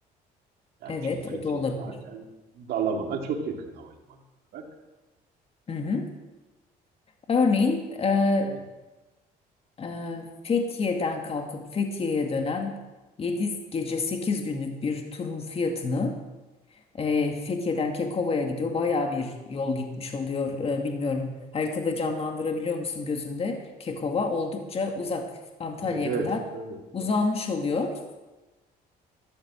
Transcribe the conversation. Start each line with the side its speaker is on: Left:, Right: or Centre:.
Right: Yani
Left: Evet,
Right: çünkü Fethiye
Left: o da olabilir.
Right: zaten Dalaman'a çok yakın havalimanı olarak.
Left: Hı hı. Örneğin e,
Right: Tabii.
Left: e, Fethiye'den kalkıp Fethiye'ye dönen 7 gece 8 günlük bir turun fiyatını E, Fethiye'den Kekova'ya gidiyor. Bayağı bir yol gitmiş oluyor. E, bilmiyorum haritada canlandırabiliyor musun gözünde? Kekova oldukça uzak Antalya'ya
Right: Evet evet
Left: kadar
Right: tabii.
Left: uzanmış oluyor. yedi